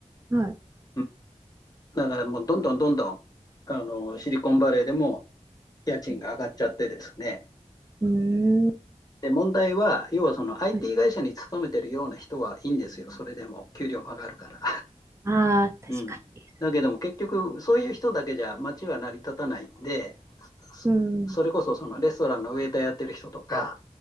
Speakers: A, on the right; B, on the left.
A: はい。
B: うんだからもうどんどんどんどん、あの、シリコンバレーでも家賃が上がっちゃってですね。
A: うーん。
B: で、問題は、要はその IT
A: はい。
B: 会社に勤めてるような人はいいんですよ。それでも給料も上がるから。
A: ああ、確かに。
B: うん。だけども結局そういう人だけじゃ街は成り立たないんで、そ、
A: うん。
B: それこそそのレストランのウェイターやってる人とか、